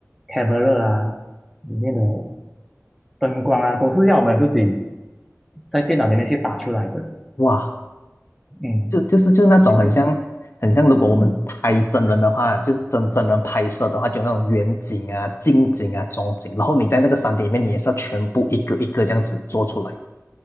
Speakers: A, in the centre; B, on the left (about 55°).
A: camera 啊，里面的灯光啊，都是要我们自己在电脑里面去打出来的。
B: 哇，
A: 嗯，
B: 就就是就是那种很像
A: 对
B: 很像，如果我们拍真人的话，就是真真人拍摄的话，就那种远景啊、近景啊、中景，然后你在那个 3D 里面，你也是要全部一个一个这样子做出来。